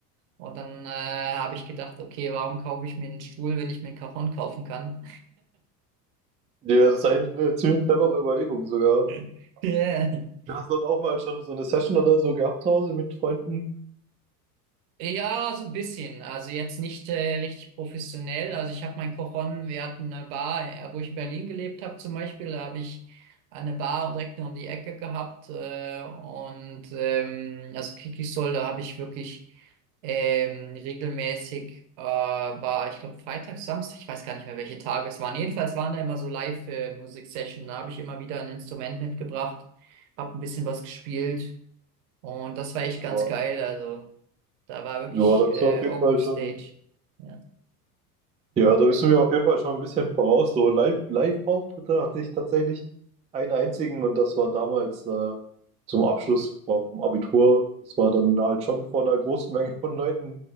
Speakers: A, on the right; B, on the right.
A: Und dann äh, habe ich gedacht, okay, warum kaufe ich mir einen Stuhl, wenn ich mir einen Cajon kaufen kann?
B: ja, das ist eigentlich eine ziemlich clevere Überlegung sogar.
A: <laughs>
B: Hast du dann auch mal schon so eine Session oder so gehabt zu Hause mit Freunden?
A: Ja, so ein bisschen. Also jetzt nicht äh, richtig professionell. Also ich habe mein Kochon, wir hatten eine Bar, äh, wo ich in Berlin gelebt habe zum Beispiel, da habe ich eine Bar direkt nur um die Ecke gehabt. Äh, und ähm, also Kikisol, da habe ich wirklich ähm, regelmäßig, äh, war ich glaube Freitag, Samstag, ich weiß gar nicht mehr, welche Tage es waren. Jedenfalls waren da immer so Live-Musik-Session. Da habe ich immer wieder ein Instrument mitgebracht, habe ein bisschen was gespielt und das war echt ganz
B: Ja,
A: geil. Also. Da war wirklich
B: ja, da bist
A: äh,
B: du auf jeden
A: Open
B: Fall
A: Stage.
B: schon
A: Ja.
B: Ja, da bist du mir auf jeden Fall schon ein bisschen voraus. So Live, Live-Auftritte hatte ich tatsächlich einen einzigen und das war damals äh, zum Abschluss vom Abitur. Das war dann halt schon vor einer großen Menge von Leuten.